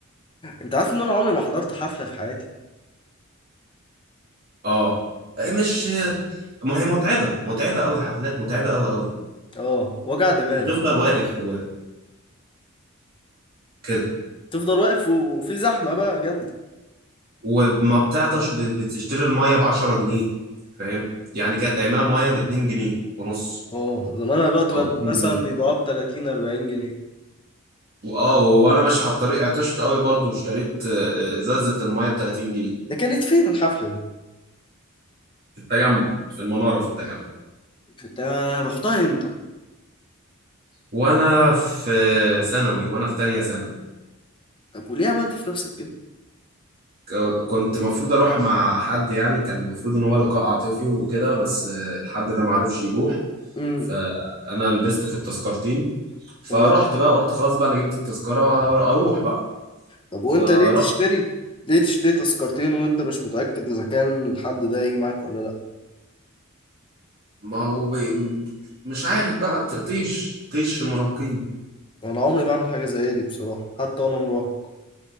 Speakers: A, on the left; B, on the right.
A: انت عارف ان انا عمري ما حضرت حفلة في حياتي
B: اه إيه، مش ما هي متعبه متعبه قوي الحفلات متعبه قوي قوي
A: اه وجع دماغ
B: بتفضل واقف كده
A: تفضل واقف و- وفي زحمة بقى جامدة
B: وما بتعطش ب- بتشتري المية بعشرة جنيه فاهم يعني كانت أيامها المية باتنين جنيه ونص
A: اه زمانها دلوقتي
B: أو
A: بقى
B: باتنين
A: مثلا
B: جنيه
A: بيبقوا ب 30 40 جنيه
B: وآه وأنا ماشي على الطريق عطشت قوي برضو واشتريت آه، آه، إزازة المية بتلاتين جنيه
A: ده كانت فين الحفلة دي
B: في التجمع في المنارة في التجمع
A: انت رحتها امتى
B: وأنا في ثانوي وأنا في تانية ثانوي
A: طب وليه عملت في نفسك كده
B: ك- كنت المفروض أروح مع حد يعني كان المفروض إن هو لقاء عاطفي وكده بس آه، الحد ده معرفش يروح
A: امم
B: فأنا لبست في التذكرتين فرحت
A: اه
B: بقى قلت خلاص بقى أنا جبت التذكرة أروح
A: طب وانت
B: فرحت
A: ليه تشتري ليه تشتري تذكرتين وانت مش متأكد اذا كان الحد ده هيجي معاك ولا لا
B: ما هو بي... مش عارف بقى ت- طيش طيش مراهقين
A: انا عمري ما اعمل حاجة زي دي بصراحة حتى وانا مراهق